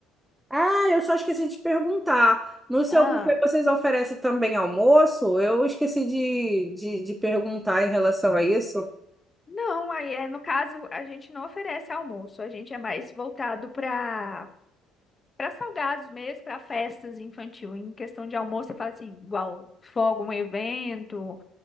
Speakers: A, in the centre; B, on the left (about 20°).
A: Ah, eu só esqueci de perguntar. No seu
B: Ah,
A: buffet vocês oferecem também almoço? Eu esqueci de, de, de perguntar em relação a isso.
B: não, aí é no caso a gente não oferece almoço, a gente é mais voltado para Para salgados mesmo, para festas infantil, em questão de almoço, você fala assim, igual fogo, um evento,